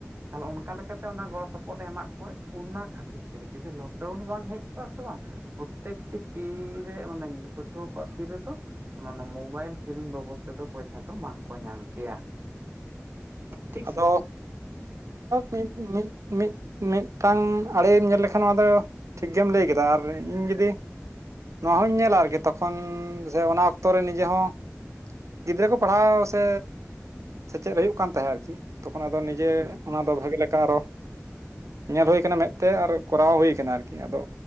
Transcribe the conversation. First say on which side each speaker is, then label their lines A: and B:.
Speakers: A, on the right; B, on the right.
A: ᱛᱟᱦᱚᱞᱮ ᱚᱱᱠᱟ ᱞᱮᱠᱟᱛᱮ ᱚᱱᱟ ᱜᱚᱲᱚ ᱥᱚᱯᱚᱦᱚᱫ ᱮ ᱮᱢᱟᱜ ᱠᱚᱣᱟ᱾ ᱚᱱᱟ ᱠᱷᱟᱹᱛᱤᱨ ᱛᱮᱜᱮ ᱡᱩᱫᱤ ᱞᱚᱠᱰᱟᱣᱩᱱ ᱵᱟᱝ ᱦᱮᱡ ᱠᱚᱜᱼᱟ ᱥᱮ ᱵᱟᱝ ᱯᱨᱚᱛᱮᱠᱴᱤ ᱛᱤᱨᱮ ᱢᱟᱱᱮ ᱜᱤ ᱯᱟᱹᱴᱷᱩᱣᱟᱹ ᱠᱚᱣᱟᱜ ᱛᱤ ᱨᱮᱫᱚ᱾ ᱚᱱᱟ ᱚᱱᱟ ᱢᱳᱵᱟᱭᱮᱞ ᱠᱤᱨᱤᱧ ᱵᱟᱵᱚᱫᱽ ᱛᱮᱫᱚ ᱯᱚᱭᱥᱟ ᱫᱚ ᱵᱟᱝ ᱠᱚ ᱧᱟᱢ ᱠᱮᱭᱟ᱾ ᱴᱷᱤᱠ
B: ᱟᱫᱚ
A: ᱥᱮ
B: ᱦᱮᱸ <unintelligible> ᱢᱤᱫᱴᱟᱝ ᱟᱲᱮᱢ ᱧᱮᱞ ᱞᱮᱠᱷᱟᱱ ᱱᱚᱣᱟ ᱫᱚ᱾ ᱴᱷᱤᱠ ᱜᱮᱢ ᱞᱟᱹᱭ ᱠᱮᱫᱟ, ᱟᱨ ᱤᱧ ᱡᱚᱫᱤ, ᱱᱚᱣᱟ ᱦᱚᱸᱧ ᱧᱮᱞᱟ, ᱛᱚᱠᱷᱚᱱ ᱥᱮ ᱚᱱᱟ ᱚᱠᱛᱚ ᱨᱮ ᱱᱤᱡᱮ ᱦᱚᱸ, ᱜᱤᱫᱽᱨᱟᱹ ᱠᱚ ᱯᱟᱲᱦᱟᱣ ᱥᱮ ᱥᱮᱪᱮᱫ ᱦᱩᱭᱩᱜ ᱠᱟᱱ ᱛᱟᱦᱮᱸᱫ ᱾ ᱛᱚᱠᱷᱚᱱ ᱟᱫᱚ ᱱᱤᱡᱮ
A: ᱦᱩᱸ
B: ᱚᱱᱟ ᱫᱚ ᱵᱷᱟᱜᱮ ᱞᱮ ᱟᱨᱦᱚᱸ ᱧᱮᱞ ᱦᱩᱭ ᱟᱠᱟᱱᱟ ᱢᱮᱫ ᱛᱮ ᱟᱨ ᱠᱚᱨᱟᱣ ᱦᱩᱭ ᱠᱟᱱᱟ᱾ᱟᱨᱠᱤ ᱟᱫᱚᱼᱼᱼ